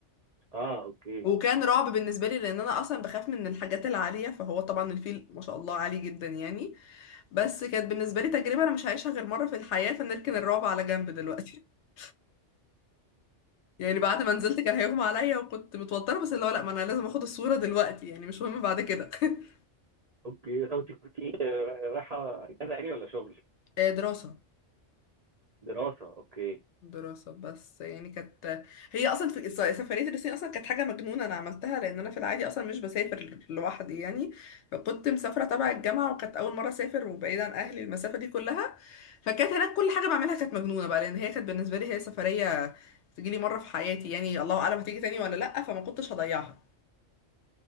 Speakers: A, on the right (about 50°); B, on the left (about 70°).
A: اه اوكي
B: وكان رعب بالنسبة لي لأن أنا أصلا بخاف من الحاجات العالية فهو طبعا الفيل ما شاء الله عالي جدا يعني بس كانت بالنسبة لي تجربة أنا مش هعيشها غير مرة في الحياة فنركن الرعب على جنب دلوقتي <laughs> يعني بعد ما نزلت كان هيغمى عليا وكنت متوترة بس اللي هو لأ ما أنا لازم أخد الصورة دلوقتي يعني مش مهم بعد كده <laughs>
A: اوكي طب انت كنت رايحه اجازه يعني ولا شغل
B: آه، دراسة
A: دراسه اوكي
B: دراسة بس يعني كانت هي أصلا في سفرية الصين أصلا كانت حاجة مجنونة أنا عملتها لأن أنا في العادي أصلا مش بسافر لوحدي يعني فكنت مسافرة تبع الجامعة وكانت أول مرة أسافر وبعيد عن أهلي المسافة دي كلها فكانت هناك كل حاجة بعملها كانت مجنونة بقى لأن هي كانت بالنسبة لي هي سفرية تجيلي مرة في حياتي يعني الله أعلم هتيجي تاني ولا لأ فما كنتش هضيعها